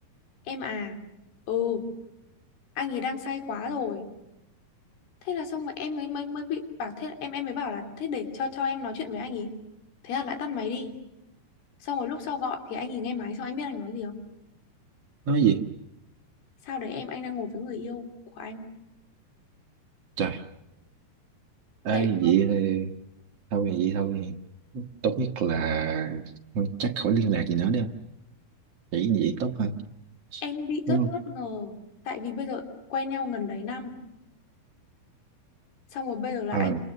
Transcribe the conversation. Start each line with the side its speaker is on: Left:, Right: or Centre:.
Left: em à. Ừ, anh ấy đang say quá rồi. thế là xong rồi em mới mới mới bị bảo thế là em em mới bảo là thế để cho cho em nói chuyện với anh ý thế là lại tắt máy đi xong rồi lúc sau gọi thì anh ý nghe máy xong anh biết anh nói gì không
Right: nói gì
Left: sao đấy em anh đang ngồi với người yêu của anh
Right: trời ơi
Left: tại
Right: vậy thì thôi vậy thôi tốt nhất là chắc khỏi liên lạc gì nữa đi không chỉ vậy tốt hơn
Left: em bị
Right: đúng
Left: rất
Right: không
Left: bất ngờ tại vì bây giờ quen nhau gần đấy năm xong rồi bây giờ là
Right: Ờ
Left: anh